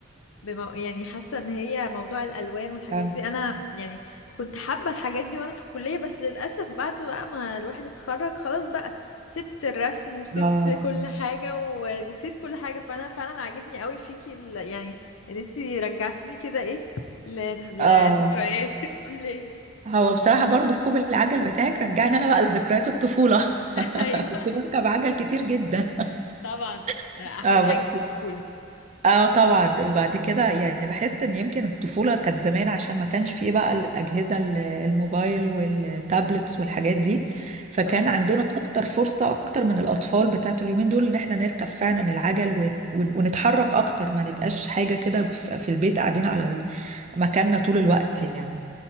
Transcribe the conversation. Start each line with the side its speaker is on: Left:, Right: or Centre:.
Left: بمو... يعني حاسة ان هي موضوع الالوان والحاجات
Right: اه
Left: دي انا يعني كنت حابة الحاجات دي وانا في الكلية بس للاسف بعد بقى ما الواحد اتخرج خلاص بقى سبت الرسم وسبت
Right: آه
Left: كل حاجة ونسيت كل حاجة فانا فعلا عاجبني قوي فيكي ال... يعني ان انتي رجعتيني كده ايه ل...
Right: اه
Left: لذكريات الكلية
Right: هو بصراحة برضو ركوب العجل بتاعك رجعني انا بقى لذكريات الطفولة
Left: <laughs>
Right: <laughs>
Left: ايوه
Right: كنت بركب عجل كتير جدا
Left: طبعا
Right: <laughs>
Left: احلى
Right: اه
Left: حاجة
Right: بس
Left: في الطفولة
Right: اه طبعا بعد كده يعني بحس ان يمكن الطفولة كانت زمان عشان ما كانش فيه بقى الأجهزة ال- الموبايل والتابلتس والحاجات دي فكان
Left: اه
Right: عندنا اكتر فرصة اكتر من الأطفال بتاعت اليومين دول ان احنا نركب فعلا العجل ون- ون- ونتحرك اكتر ما نبقاش حاجة كده في في البيت قاعدين على ال- مكاننا طول الوقت يعني